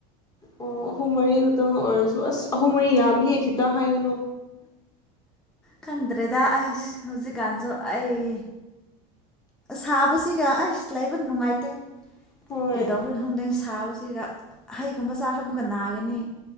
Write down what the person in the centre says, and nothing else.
ꯈꯪꯗ꯭ꯔꯦꯗ ꯑꯁ ꯍꯧꯖꯤꯛꯀꯥꯟꯖꯨ ꯑꯩ ꯁꯥꯕꯁꯤꯒ ꯑꯩꯁ ꯂꯩꯕ ꯅꯨꯡꯉꯥꯏꯇꯦ
ꯒꯤꯗꯧꯔꯦ ꯈꯪꯗꯦ ꯁꯥ ꯁꯥꯕꯁꯤꯒ ꯍꯩꯒꯨꯝꯕ ꯆꯥꯔꯁꯨ ꯑꯃꯨꯛꯀ ꯅꯥꯒꯅꯤ